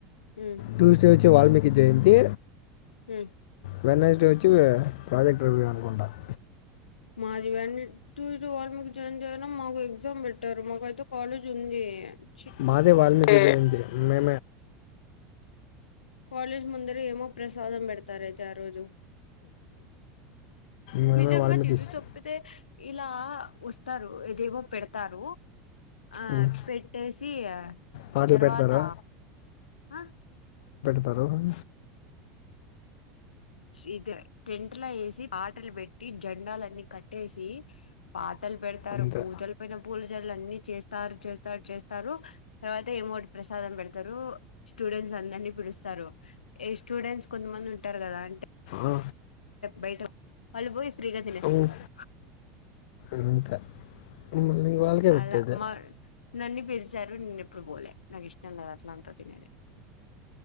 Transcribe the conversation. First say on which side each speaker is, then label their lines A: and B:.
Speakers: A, on the left; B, on the left.
A: um
B: Tuesday Valmiki జయంతి
A: హ
B: వె నస్డే వచ్చి ప్రాజెక్ట్ రివ్యూ అనుకుంటాను
A: మాదియాడ్ టూ వా మీకు జాయిన్ చేయాలి మాకు ఎగ్జామ్ పెట్టారు మాకు అతే కాలేజ్ జ <unintelligible>
B: మాదే వాల్మీకింది మే
A: కాలేజ్ ముందర ఏమో ప్రసాదం పెడతారయితే ఆ రోజు
B: మేమే
A: నిజంగా
B: వాల్మీకి
A: తిజ
B: స్-
A: చెప్పితే ఇలా వస్తారు ఏదేవో పెడతారు ఆ
B: ఉమ్,
A: పెట్టేసి ఆ
B: పాటలు
A: తర్వాత
B: పెడతారు
A: ఆ
B: దర్ం
A: ఇది టెంట్లా వేసి పాటలు పెట్టి జండాలన్ని కట్టేసి పా పెడతారు
B: అంతే
A: పూజలు పైన పూలు న్ని చేస్తారు చేస్తారు చేస్తారు తర్వాత ఏమోటి ప్రసాదం పెడతారు స్టూడెంట్స్ అందరిని పిలుస్తారు ఏ స్టూడెంట్స్ కొంతమంది ఉంటారు కదా అంటే
B: ఆ,
A: బయట వాళ పోయి స్గా తినేసి
B: ఉమ్,
A: వస్తారు
B: అంతే మళ్ళీ ఇంక వాళ్ళకే
A: అలా
B: పెట్టేది
A: మ నన్నీ పిలిచారు నేనుప్పుడు పోలే నాకు ఇష్టం లేదు అట్లా అంతా తినేది